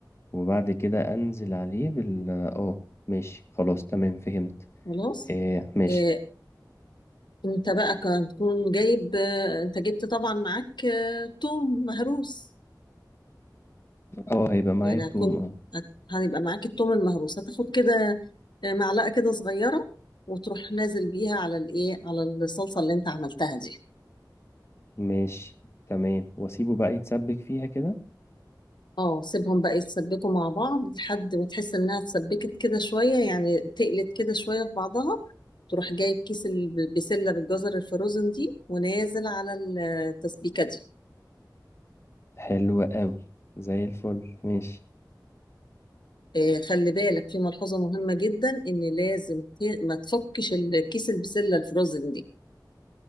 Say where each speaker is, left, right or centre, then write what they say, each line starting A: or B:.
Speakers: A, on the left (about 35°); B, on the left (about 80°).
A: وبعد كده انزل عليه بال اه ماشي خلاص تمام فهمت
B: خلاص
A: آه ماشي
B: آه، انت بقى كان تكون جايب انت جبت طبعا معاك آه، توم مهروس
A: اه هيبقى معايا
B: يعني
A: التوم
B: هتكون
A: اه
B: هت- هيبقى معاك التوم المهروس هتاخد كده آه، معلقة كده صغيرة وتروح نازل بيها على الايه على الصلصة اللي انت عملتها دي
A: ماشي تمام واسيبه بقى يتسبك فيها كده
B: اه سيبهم بقى يتسبكوا مع بعض لحد ما تحس انها اتسبكت كده شوية يعني تقلت كده شوية في بعضها تروح جايب كيس البسلة بالجزر الفروزن دي ونازل على التسبيكة دي
A: حلو قوي زي الفل ماشي
B: آه، خلي بالك في ملحوظة مهمة جدا إن لازم ت- ما تفكش الكيس البسلة الفروزن دي